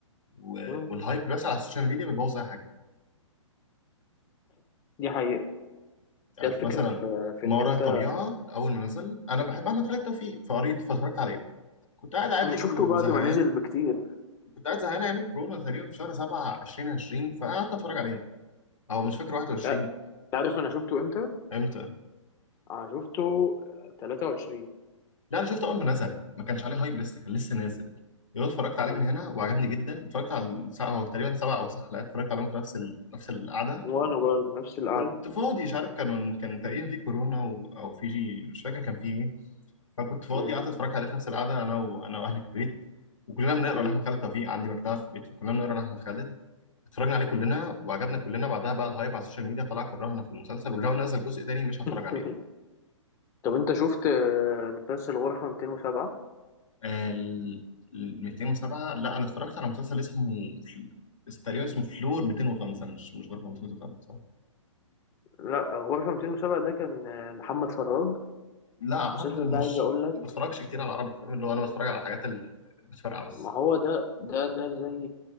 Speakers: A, on the left; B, on the left.
A: و-
B: مم.
A: والهايب اللي بيحصل على السوشيال ميديا بيبوظ أي حاجة
B: دي حقيقه
A: يعني
B: هي الفكره
A: مثلا
B: في في
A: ما
B: ان
A: وراء
B: انت
A: الطبيعة أول ما نزل أنا بحب أحمد خالد توفيق فقريت فاتفرجت عليه كنت قاعد عادي
B: انا شفته
A: وزهقان
B: بعد ما نزل بكتير
A: كنت قاعد زهقان أيام الكورونا تقريبا في شهر 7 2020 فقعدت أتفرج عليه أو مش فاكر 21
B: لا تعرف انا شفته امتى
A: امتى
B: انا شفته 23
A: لا انا شفته اول ما نزل ما كانش عليه هايب لسه كان لسه نازل يوم اتفرجت
B: مم.
A: عليه من هنا وعجبني جدا اتفرجت على الساعه هو تقريبا سبع او تسع حلقات اتفرجت عليهم في نفس ال... نفس القعده
B: وانا برضه نفس القعده
A: كنت فاضي مش عارف كانوا كان تقريبا في كورونا و... او في جي... مش فاكر كان في ايه فكنت فاضي
B: مم.
A: قعدت اتفرجت عليه في نفس القعده انا وانا واهلي في البيت وكلنا بنقرا
B: مم.
A: لاحمد خالد توفيق عندي مكتبه في البيت فكلنا بنقرا لاحمد خالد اتفرجنا عليه كلنا وعجبنا كلنا بعدها بقى الهايب على السوشيال ميديا طلع كرهنا في المسلسل ولو نزل جزء تاني مش هتفرج
B: <laughs>
A: عليه
B: طب انت شفت آه، مسلسل غرفة 207
A: ال ال- 207 لا انا اتفرجت على مسلسل اسمه فل- تقريبا اسمه فلور 205 مش مش غير 205
B: لا غرفة 207 ده كان آه، محمد فراج
A: لا عربي
B: المسلسل
A: انا
B: ده
A: مش
B: عايز اقول لك
A: ما بتفرجش كتير على عربي فاهم اللي هو انا بتفرج على الحاجات اللي بتفرقع بس
B: ما هو ده ده ده زي